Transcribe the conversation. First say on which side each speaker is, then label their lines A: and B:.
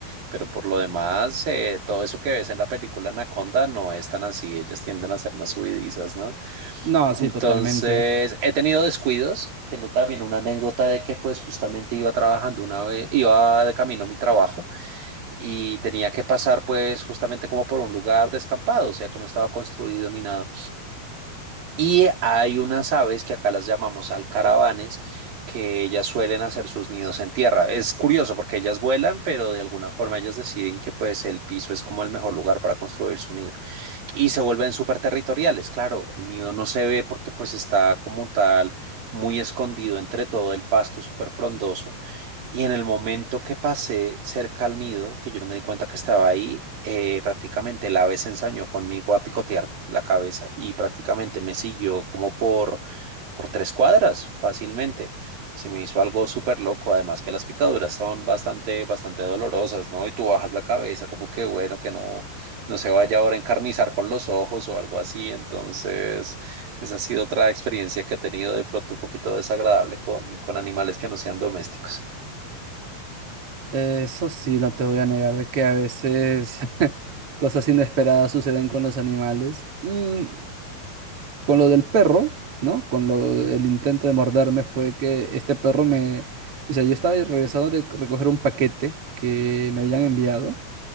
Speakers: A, on the right (about 65°); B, on the right (about 40°).
A: Pero por lo demás, eh, todo eso que ves en la película Anaconda no es tan así, ellas tienden a ser más huidizas, ¿no?
B: No,
A: Entonces,
B: sí, totalmente.
A: he tenido descuidos. Tengo también una anécdota de que pues justamente iba trabajando una vez, iba de camino a mi trabajo y tenía que pasar pues justamente como por un lugar descampado, o sea que no estaba construido ni nada. Y hay unas aves que acá las llamamos alcaravanes que ellas suelen hacer sus nidos en tierra. Es curioso porque ellas vuelan, pero de alguna forma ellas deciden que pues el piso es como el mejor lugar para construir su nido y se vuelven súper territoriales. Claro, el nido no se ve porque pues está como tal muy escondido entre todo el pasto súper frondoso. Y en el momento que pasé cerca al nido, que yo no me di cuenta que estaba ahí, eh, prácticamente el ave se ensañó conmigo a picotearme la cabeza y prácticamente me siguió como por por tres cuadras fácilmente. Se me hizo algo súper loco, además que las picaduras son bastante, bastante dolorosas, ¿no? Y tú bajas la cabeza como que bueno, que no, no se vaya ahora a encarnizar con los ojos o algo así. Entonces, esa ha sido otra experiencia que he tenido de pronto un poquito desagradable con, con animales que no sean domésticos.
B: Eso sí, no te voy a negar de que a veces <laughs> cosas inesperadas suceden con los animales. Mm, con lo del perro, ¿no? Con lo el intento de morderme fue que este perro me, o sea, yo estaba regresando de recoger un paquete que me habían enviado